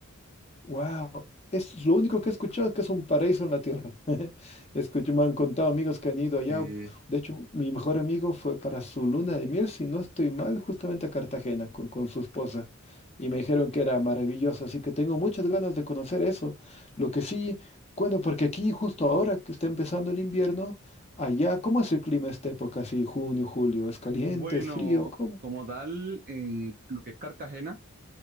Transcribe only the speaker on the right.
Sí.
Bueno,
como tal, en lo que es Cartagena,